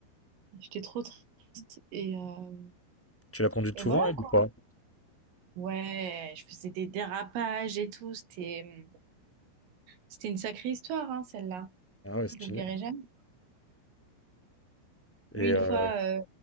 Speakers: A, on the right (about 75°); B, in the centre.
A: J'étais trop triste et, euh,
B: Tu l'as conduite
A: et
B: souvent,
A: voilà,
B: elle,
A: quoi.
B: ou pas?
A: Ouais, je faisais des dérapages et tout. C'était, mm, c'était une sacrée histoire, hein, celle-là.
B: Ah ouais, stylé.
A: Je l'oublierai jamais.
B: Et
A: Lui, une
B: euh,
A: fois, euh,